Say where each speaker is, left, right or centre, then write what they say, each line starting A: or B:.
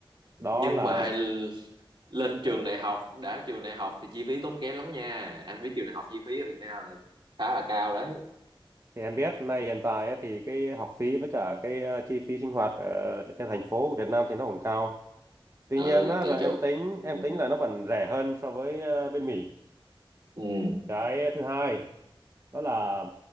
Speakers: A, on the right; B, on the right.
A: đó
B: nhưng
A: là
B: mà l- lên
A: ờ,
B: trường đại học đã trường đại học thì chi phí tốn kém lắm nha anh biết trường đại học chi phí ở Việt Nam là khá là cao đấy
A: thì em biết nay hiện tại á, thì cái học phí với cả cái ờ, chi phí sinh hoạt ở trên thành phố của Việt Nam thì nó cũng cao tuy
B: ừ
A: nhiên á,
B: tự
A: là em
B: chủ
A: tính
B: ừ
A: em tính là nó vẫn rẻ hơn so với ờ, bên Mỹ
B: ừ
A: cái thứ hai đó là